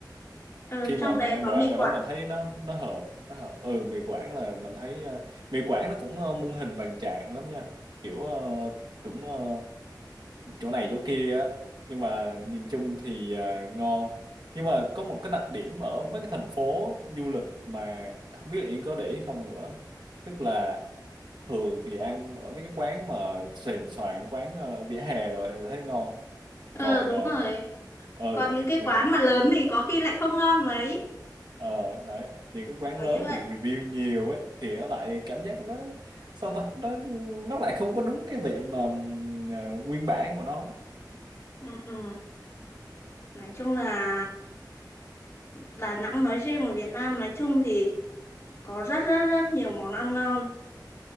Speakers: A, on the left; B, on the right.
A: Ờ,
B: khi
A: trong
B: mà mình
A: đấy
B: ăn
A: có
B: đồ
A: mì
B: ăn ở
A: Quảng.
B: đó mình thấy nó nó hợp nó hợp ừ mì Quảng là mình thấy ờ, mì Quảng nó cũng ờ, muôn hình vạn trạng lắm nha kiểu ờ, cũng ờ, chỗ này chỗ kia á nhưng mà nhìn chung thì à, ngon nhưng mà có một cái đặc điểm ở mấy cái thành phố du lịch mà không biết là Yên có để ý không nữa tức là thường thì ăn ở mấy cái quán mà sền soạn quán ờ, vỉa hè rồi thì mình thấy ngon
A: Ờ
B: còn
A: đúng
B: ờ,
A: rồi.
B: ờ
A: Còn những cái
B: mà
A: quán
B: những
A: mà lớn thì có khi lại không ngon mấy.
B: ờ đấy những cái quán
A: Kiểu
B: lớn
A: như vậy.
B: mà được review nhiều ấy thì nó lại cảm giác nó sao ta nó nó lại không có đúng cái vị mà ừm, à, nguyên bản của nó
A: Ừ, ừ. Nói chung là ừ, Đà Nẵng nói riêng và Việt Nam nói chung thì có rất rất rất nhiều món ăn ngon